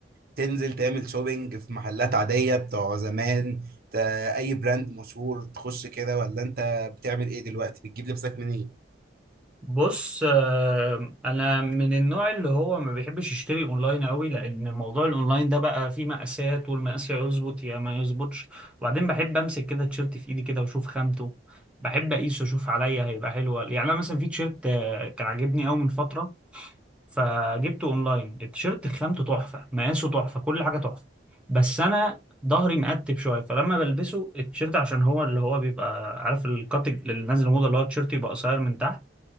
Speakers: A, on the right; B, in the centre.
A: تنزل تعمل شوبينج في محلات عادية بتوع زمان ت- اي براند مشهور تخش كده ولا انت بتعمل ايه دلوقتي بتجيب لبسك منين
B: بص آه، انا من النوع اللي هو ما بيحبش يشتري اونلاين قوي لان موضوع الاونلاين ده بقى فيه مقاسات والمقاس يا يظبط يا ما يظبطش وبعدين بحب امسك كده التيشيرت في ايدي كده واشوف خامته بحب اقيسه اشوف عليا هيبقى حلو ولا- يعني انا مثلا في تيشيرت آه، كان عاجبني قوي من فترة فجبته اونلاين التيشيرت خامته تحفه مقاسه تحفه كل حاجه تحفه بس انا ظهري مقتب شويه فلما بلبسه التيشيرت عشان هو اللي هو بيبقى عارف الكات اللي نازل موضه اللي هو التيشيرت يبقى قصير من تحت